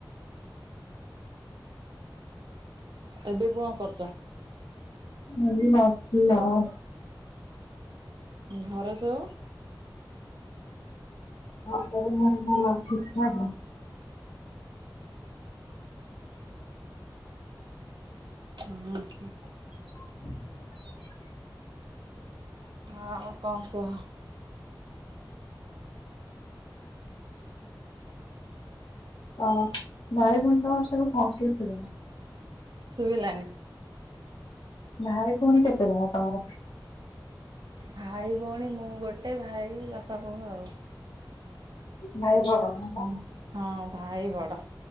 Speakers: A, on the right; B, on the left.
A: ଏବେ କଣ କରୁଛ।
B: ଏଇ ବସିଛି ଆଉ।
A: ଘର ସବୁ
B: ହଁ <inaudible> ଭଲ ଠିକ ଠାକ
A: ହୁଁ।
B: <inaudible>
A: ହଁ ଆଉ କଣ କୁହ।
B: ଆଉ ଭାଇଗୁଣ୍ଡ ମାସକୁ। <inaudible>
A: ସୁଭିଲାନି।
B: ଭାଇ ଭଉଣୀ କେତେଜଣ ତମର।
A: ଭାଇ ଭଉଣୀ ମୁଁ ଗୋ ଟେ ଭାଇ ବାପା ବୋଉ ଆଉ।
B: ଭାଇ ବଡ଼ ନା କଣ।
A: ହଁ ଭାଇ ବଡ।